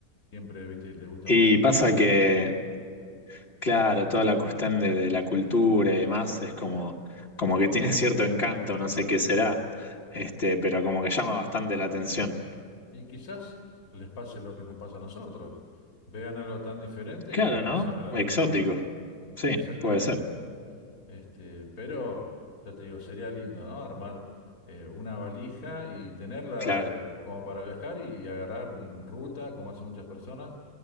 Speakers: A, on the left; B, on the left.
A: siempre, viste, le gusta
B: Y
A: mucho la
B: pasa
A: cultura
B: que...
A: argentina.
B: Claro, toda la cuestión de, de la cultura y demás es como, como que tiene <laughs> cierto encanto, no sé qué será, este, pero como que llama bastante la atención.
A: Y quizás les pase lo que nos pasa a nosotros. Vean algo tan diferente
B: Claro,
A: y les
B: ¿no?
A: llame la atención.
B: Exótico, sí,
A: Exactamente.
B: puede ser,
A: Este, pero ya te digo, sería lindo, ¿no? Armar eh, una valija y tenerla
B: claro,
A: eh, como para viajar y agarrar en ruta, como hacen muchas personas,